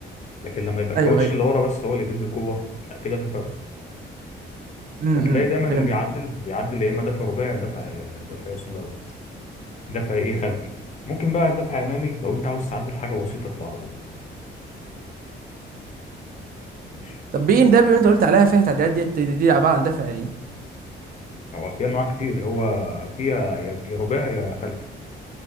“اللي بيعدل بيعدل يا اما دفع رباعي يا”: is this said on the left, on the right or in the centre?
Left